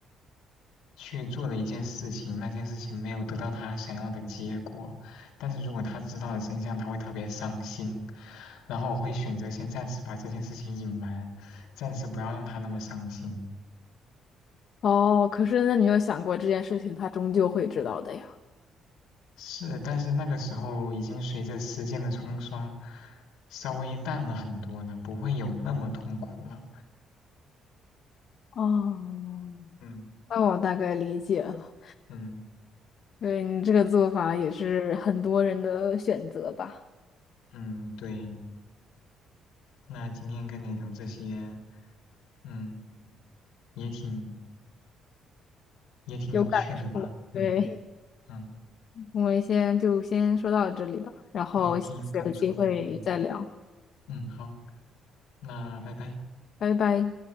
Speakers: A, on the left; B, on the left.
A: 去做了一件事情，那件事情没有得到他想要的结果，但是如果他知道了真相，他会特别伤心。然后我会选择先暂时把这件事情隐瞒，暂时不要让他那么伤心。
B: 哦，可是那你有想过这件事情，他终究会知道的呀。
A: 是，但是那个时候已经随着时间的冲刷，稍微淡了很多了，不会有那么痛苦了。
B: 哦，
A: 嗯
B: 那我大概理解了，
A: 嗯
B: 对你这个做法也是很多人的选择吧，
A: 嗯，对。那今天跟你聊这些，嗯，也挺也挺有趣的吧？
B: 有感触。
A: 嗯
B: 对，
A: 嗯，
B: 我们先就先说到这里吧，然后下次有机会再聊，
A: 对，挺有感触的。嗯嗯，好，那拜拜。
B: 拜拜。